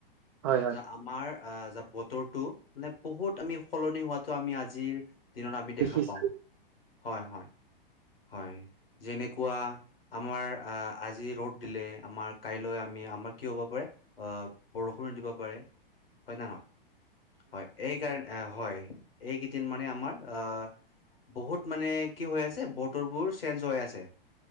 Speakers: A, on the right; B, on the left.
A: হয় হয়
B: যে আমাৰ আহ য বতৰটো মানে বহুত আমি সলনি হোৱাাতো আমি আজিৰ দিনত আমি
A: দেখিছো
B: দেখা পাওঁ, হয়, হয়। হয়, যেনেকুৱা আমাৰ আহ, আজি ৰ'দ দিলে, আমাৰ কাইলৈ আমি আমাৰ কি হ'ব পাৰে অ, বৰষুণো দিব পাৰে, হয় নে নহয়? হয়, এই কাৰ হয়, এইকেইদিন মানে আমাৰ আহ, বহুত মানে কি হৈ আছে, বতৰবোৰ চেঞ্জ হৈ আছে।